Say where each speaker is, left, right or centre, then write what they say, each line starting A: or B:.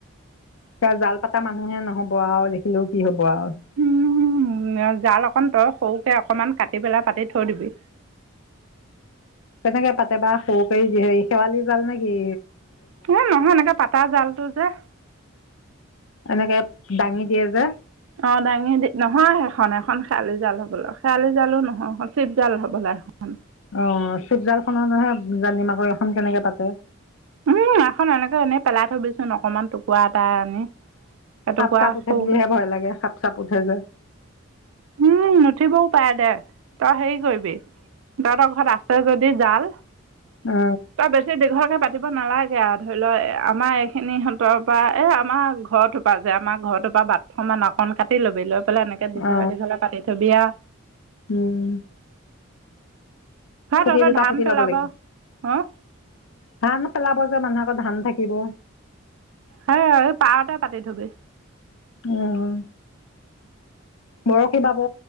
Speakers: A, on the left (about 70°); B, on the right (about 70°).
A: এ জাল পতা মানুহে নহব আৰু দেখিলেও কি হব আৰু।
B: উম জাল অকন তই সৰুকে অকনমান কাটি পেলাই পাতি থৈ দিবি।
A: কেনেকে পাতে বা সৰু কৰি যি শেৱালি জাল নেকি?
B: উ, নহয় এনেকে পা তাৰ জালটো যে,
A: এনেকে দাঙি দিয়ে যে,
B: অ' দাঙি দি নহয় সেইখন-সেইখন খেৱালি জাল হ'বলা খেৱালি জালো নহয়, চিপ জাল হ'বলা এখন।
A: অ' চিৱজাল খনৰ নহয় জানিম আকৌ এইখন কেনেকে পাতে।
B: উম, এখন এনেকে, ভএনেই পেলাই থবিচোন অকমান টুকুুৱৰা এটা আনি। এটুকুৰা
A: সাপ-চাপ উঠে
B: সৰুকৈ
A: বুলিহে ভয় লাগে সাপ-চাপ উঠে যে।
B: উম নুঠিবও পাৰে দে তই হেৰি কৰিবি, তইহতৰ ঘৰত আছে যদি জাল
A: অ
B: তই বেছি দীঘল পাতিব নালাগে আৰু ধৰি লও, আমাৰ এইখিনি সহঁতৰ পৰা এই আমাৰ ঘৰটোপা পৰা যে আমাৰ ঘৰতৰ পৰা বাথৰুম আৰু অকন কাটি ল'বি লৈ পেলাই, দীঘল-দীঘললে
A: অ
B: পাতি থবি আৰু।
A: উম,
B: সেই
A: খুটি
B: তহঁতৰ
A: দুটা
B: ধান
A: ফুটি
B: পেলাব
A: লব লাগিব
B: অঁ
A: ভ ন পেলাব মানুহৰ আকৌ ধান থাকিব
B: হয় এই পাৰতে পাতি থবি
A: উম বৰশী বাব